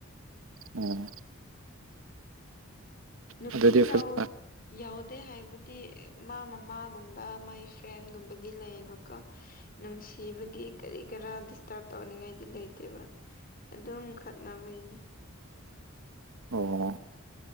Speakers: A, on the right (about 65°); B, on the left (about 45°).
A: ꯎꯝ꯫
B: ꯅꯨꯄꯤ
A: ꯑꯗꯨꯗꯤ ꯐꯖꯅ
B: ꯌꯥꯎ꯫ ꯌꯥꯎꯗꯦ ꯍꯥꯏꯕꯗꯤ ꯃꯥ ꯃꯃꯥꯒꯨꯝꯕ ꯃꯥꯏ ꯐ꯭ꯔꯦꯟꯒꯨꯝꯕꯗꯤ ꯂꯩꯌꯦꯕꯀꯣ꯫ ꯅꯨꯡꯁꯤꯕꯒꯤ ꯀꯔꯤ ꯀꯔꯥ꯫ ꯇꯔꯕ ꯇꯧꯅꯤꯡꯉꯥꯏꯗꯤ ꯂꯩꯇꯦꯕ ꯑꯗꯨꯝ ꯈꯠꯅꯕꯩꯅꯦ꯫
A: ꯑꯣ